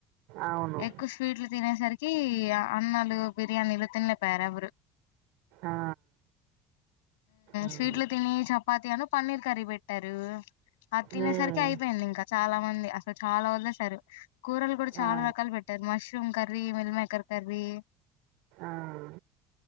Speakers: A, on the right; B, on the left.
A: అవును.
B: ఎక్కువ స్వీట్లు తినేసరికి అన్నలు బిర్యానీలు తినలేకపోయారు ఎవరు
A: ఆ! అవును.
B: స్వీట్లు తినీ చపాతీ అను పన్నీర్ కర్రీ పెట్టారు అది తినేసరికి
A: హ్మ్
B: అయిపోయింది ఇంకా చాలా మంది అస చాలా వదిలేసి కూరలు కూడా చాలా
A: ఆ!
B: రకాలు పెట్టారు mushroom curry meal maker curry
A: ఆ!